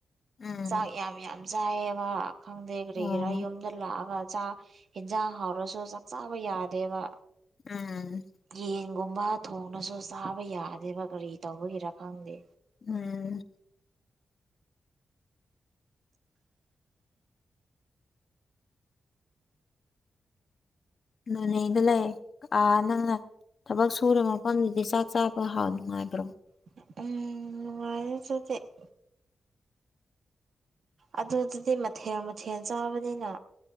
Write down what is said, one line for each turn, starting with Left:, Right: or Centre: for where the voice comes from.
Left: ꯎꯝ
Right: ꯆꯥꯛ ꯌꯥꯝ ꯌꯥꯝ ꯆꯥꯏ ꯌꯦꯕ ꯈꯪꯗꯦ ꯀꯔꯤꯒꯤꯔ
Left: ꯑꯣ
Right: ꯌꯨꯝ ꯗ ꯂꯥꯛꯑꯒ ꯆꯥꯛ ꯍꯤꯟꯟꯖꯥꯡ ꯍꯥꯎꯔꯁꯨ ꯆꯥꯛ ꯆꯥꯕ ꯌꯥꯗꯦꯕ꯫
Left: ꯎꯝ
Right: ꯌꯦꯟꯒꯨꯝꯕ ꯊꯣꯡꯔꯁꯨ ꯆꯥꯕ ꯌꯥꯗꯦꯕ ꯀꯔꯤ ꯇꯧꯕꯒꯤꯔ ꯈꯪꯗꯦ?
Left: ꯎꯝ <inaudible> <inaudible> ꯅꯣꯅꯦꯗ ꯂꯩ꯫ ꯑꯥ ꯅꯪꯅ ꯊꯕꯛ ꯁꯨꯔꯕ ꯃꯐꯝꯗꯨꯗꯤ ꯆꯥꯛ ꯆꯥꯕ ꯍꯥꯎ ꯅꯨꯉꯥꯏꯕ꯭ꯔꯣ?
Right: <unintelligible> ꯅꯨꯡꯉꯥꯏꯌꯦ <unintelligible> ꯑꯗꯨꯗꯨꯗꯤ ꯃꯊꯦꯜ ꯃꯊꯦꯜ ꯆꯥꯕꯅꯤꯅ